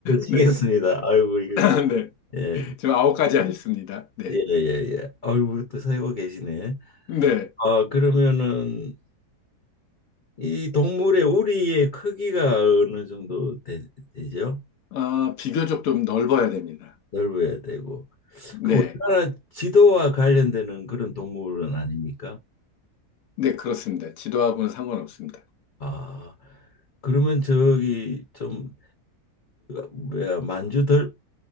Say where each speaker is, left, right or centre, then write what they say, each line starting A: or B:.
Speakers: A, on the left (about 45°); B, on the left (about 65°).
A: 치겠습니다.
B: 네. <clears throat>
A: 아이고 이거
B: <laughs> 네.
A: 예.
B: 지금 아홉 가지 하셨습니다. 네.
A: 예, 예, 예. 아이고 또 살고 계시네.
B: 네.
A: 아, 그러면은 이 동물의 우리의 크기가 어느 정도 되, 죠
B: 아, 비교적 좀 넓어야 됩니다.
A: 넓어야 되고.
B: 네.
A: 그 우리나라 지도와 관련되는 그런 동물은 아닙니까?
B: 네, 그렇습니다. 지도하고는 상관없습니다.
A: 아, 그러면 저기 좀그 뭐야 만주 들